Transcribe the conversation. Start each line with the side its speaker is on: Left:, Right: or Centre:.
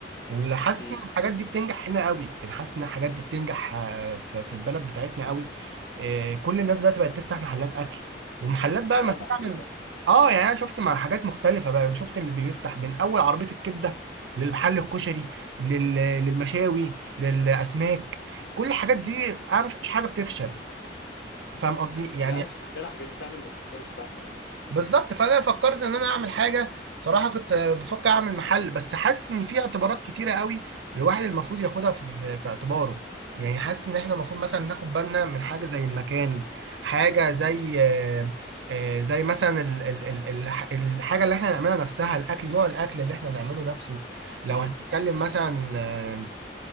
Right: واللي حاسس
Left: امم
Right: ان الحاجات دي بتنجح هنا قوي يعني حاسس ان الحاجات دي بتنجح آه، ف- في البلد بتاعتنا قوي آه، كل الناس دلوقتي بقت تفتح محلات اكل ومحلات بقى
Left: اه
Right: ما تعمل
Left: ده حقيقي فعلا.
Right: اه
Left: مم.
Right: يعني انا شفت مع حاجات مختلفة بقى شفت اللي بيفتح من اول عربية الكبدة للمحل الكشري لل- للمشاوي للاسماك كل الحاجات دي انا ما شفتش حاجه بتفشل فاهم قصدي يعني
Left: لا لا فعلا الحاجات دي فعلا ما بتفشلش صح اه
Right: بالظبط فانا فكرت ان انا اعمل حاجه بصراحه كنت بفكر اعمل محل بس حاسس ان في اعتبارات كتيره قوي الواحد المفروض ياخدها في, في, في اعتباره يعني حاسس ان احنا المفروض مثلا ناخد بالنا من حاجه زي المكان حاجه زي آه، آه، زي مثلا ال ال ال ال الحاجه اللي احنا نعملها نفسها الاكل نوع الاكل اللي احنا نعمله نفسه لو
Left: امم
Right: هنتكلم مثلا آه،